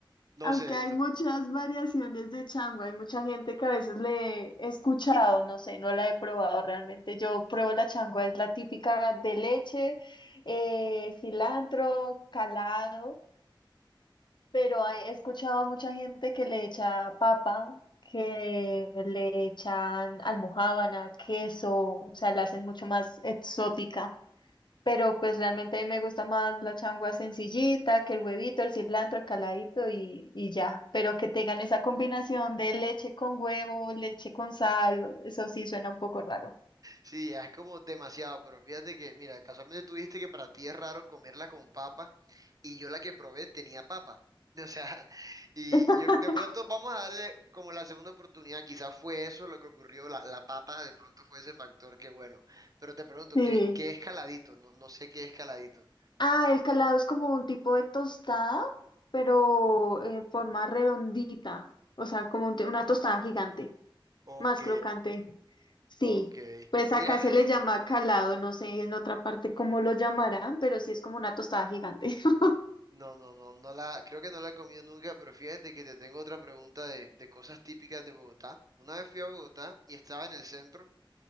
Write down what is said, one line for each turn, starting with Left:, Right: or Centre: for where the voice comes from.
Right: no
Left: Aunque
Right: sé.
Left: hay muchas variaciones de chango, hay mucha gente que a veces le he escuchado, no sé, no la he probado realmente. Yo pruebo la changua, es la típica de leche, eh, cilantro, calado. Pero he escuchado a mucha gente que le echa papa, que le echan almojábana, queso, o sea, la hacen mucho más exótica. Pero pues realmente a mí me gusta más la changua sencillita, que el huevito, el cilantro, el caladito y, y ya. Pero que tengan esa combinación de leche con huevo, leche con sal, eso sí suena un poco raro.
Right: Sí, ya es como demasiado, pero fíjate que, mira, casualmente tú dijiste que para ti es raro comerla con papa y yo la que probé tenía papa. <laughs> O sea, y
Left: <laughs>
Right: yo de pronto vamos a darle como la segunda oportunidad, quizás fue eso lo que ocurrió, la, la papa de pronto fue ese factor que bueno, pero te pregunto,
Left: Sí.
Right: ¿qué, qué escaladito? No, no sé qué escaladito.
Left: Ah, el calado es como un tipo de tostada, pero en forma redondita, o sea, como un t- una tostada gigante,
Right: Ok,
Left: más crocante. Sí,
Right: ok.
Left: pues acá
Right: Mira,
Left: se le llama calado, no sé en otra parte cómo lo llamarán, pero sí es como una tostada gigante. <laughs>
Right: no, no, no, no la, creo que no la he comido nunca, pero fíjate que te tengo otra pregunta de, de cosas típicas de Bogotá. Una vez fui a Bogotá y estaba en el centro.